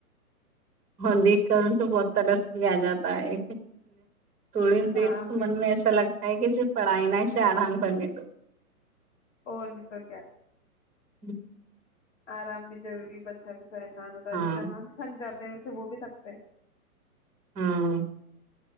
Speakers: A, on the right (about 15°); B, on the left (about 50°).
A: ہاں دیکھ کروں تو بہت ترس کے کیا جاتا ہے تھوڑی
B: ہاں
A: دیر تو
B: بالکل
A: من میں ایسا لگتا ہے کہ صرف پڑھائی نہ اس سے آرام کر لے تو
B: اور نہی تو کیا
A: ہوں <unintelligible>
B: آرام بھی جروری بچہ بھی پریشان ہوتا
A: ہاں
B: انسان تھن جا و سے وہ بھی تھکتے ہیں
A: ہاں